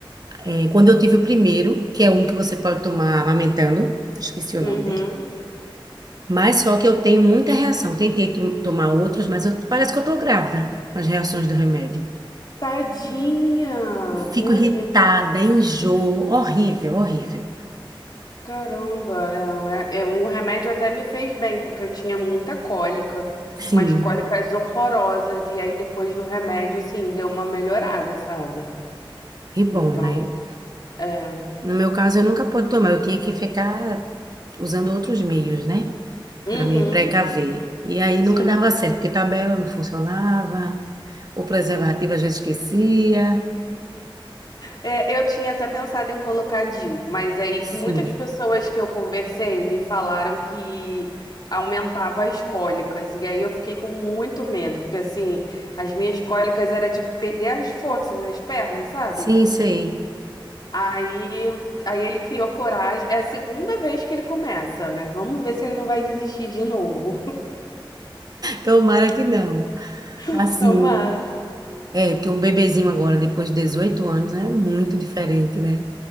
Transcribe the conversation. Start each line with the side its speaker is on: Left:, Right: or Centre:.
Right: é, quando eu tive o primeiro, que é um que você pode tomar amamentando. Esqueci o
Left: Uhum.
Right: nome dele. Mas só que eu tenho muita reação. Tentei to- tomar outros, mas eu- parece que eu tô grávida. As reações do remédio.
Left: Tadinha, meu
Right: Fico irritada, enjoo, horrível, horrível.
Left: Caramba, não, é, é, o remédio até me fez bem, porque eu tinha muita cólica,
Right: Sim,
Left: umas cólicas horrorosas, e aí depois do remédio, assim, deu uma melhorada, sabe?
Right: que bom,
Left: Então,
Right: né?
Left: é.
Right: No meu caso, eu nunca pude tomar, eu tinha que ficar usando outros meios, né? Para
Left: Uhum,
Right: me precaver. E aí
Left: sim.
Right: nunca dava certo, porque tabela não funcionava, o preservativo às vezes esquecia.
Left: É, eu tinha até pensado em colocar DIU, mas aí
Right: Sim,
Left: muitas pessoas que eu conversei me falaram que aumentava as cólicas, e aí eu fiquei com muito medo, porque assim, as minhas cólicas era de perder as forças nas pernas, sabe?
Right: sim, sei.
Left: Aí, aí ele criou coragem. É a segunda vez que ele começa, né? Vamos ver se ele não vai desistir de novo.
Right: Tomara que não.
Left: <laughs>
Right: Assim,
Left: Tomara.
Right: é, porque um bebezinho agora, depois de 18 anos, é muito diferente, né?